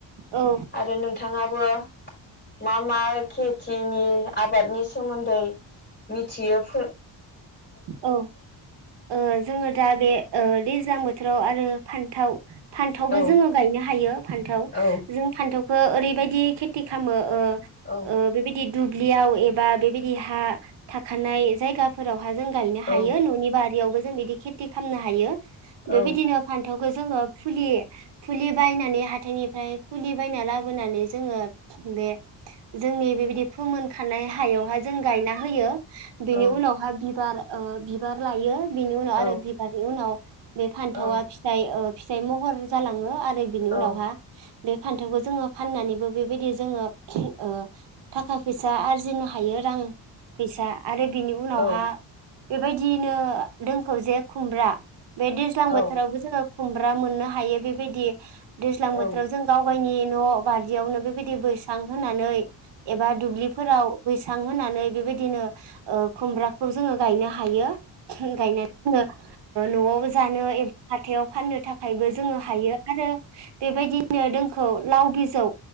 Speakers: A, on the right (about 70°); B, on the left (about 25°).
A: औ
B: आरो नोंथाङाबो मा मा खेथिनि आबादनि सोमोन्दै मिथियो फो
A: औ ओ जोङो दा बे ओ दैज्लां बोथोराव आरो फान्थाव फान्थावबो
B: औ
A: जोङो गायनो हायो फान्थाव
B: औ
A: जों फान्थाव ओ ओरैबायदि खेथि खालामो ओ
B: औ
A: ओ बेबायदि दुब्लियाव एबा बेबायदि हा थाखानाय जायगा फोरावहा जों गायनो हायो
B: औ
A: न'नि बारियावबो जों बिदि खेथि खालामनो हायो बेबायदिनो
B: औ
A: फान्थावखौ जोङो फुलि फुलि बायनानै हाथायनिफ्राय फुलि बायना लाबोनानै जोङो बे जोंनि बेबायदि फोमोन खानाय हायावहाय जों गायना होयो बिनि
B: औ
A: उनाव बिबार ओ बिबार लायो बिनि उनाव आरो
B: औ
A: बिबारनि उनाव बे फान्थावा
B: औ
A: फिथाइ ओ फिथाइ महर जालाङो आ रो बिनि
B: औ
A: उनावहा बे फान्थावखौ जोङो फाननानैबो बेबायदि जोङो ओ थाखा फैसा आरजिनो हायो रां फैसा आरो बेनि
B: औ
A: हा बेबाय दिनो दोंखौ जे खुमब्रा बे दैज्लां
B: औ
A: बोथोरावबो जोङो खुमब्रा मोननो हायो बेबायदि दैज्लां बोथोराव
B: औ
A: जों गावगायनि न' बारियावनो बेबायदि बैसां होनानै एबा दुब्लिफोराव बै सां होनानै बेबायदिनो ओ खुमब्रा खौ जोङो गायनो हायो। फा गायनो जोङो न'आव जानो एबा हाथायाव। फाननो था खायबो जोङो हायो आरो। बेबायदिनो दोंखौ लाव बिजौ